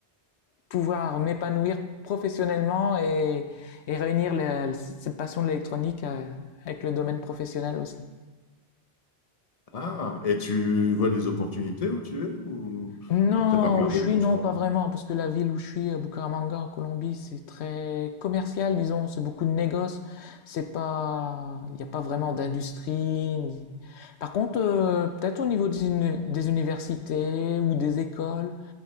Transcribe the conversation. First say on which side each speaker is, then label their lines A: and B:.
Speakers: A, on the left; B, on the left.
A: pouvoir m'épanouir professionnellement et et réunir les- cette passion de l'électronique euh, avec le domaine professionnel aussi.
B: Ah, et tu vois des opportunités où tu es ou,
A: Non,
B: ou t'as pas regardé
A: où je suis,
B: franchement?
A: non, pas vraiment, parce que la ville où je suis, à Bucaramanga, en Colombie, c'est très commercial, disons, c'est beaucoup de négoces, c'est pas, il n'y a pas vraiment d'industrie. ni- Par contre, euh, peut-être au niveau des, uni- des universités ou des écoles,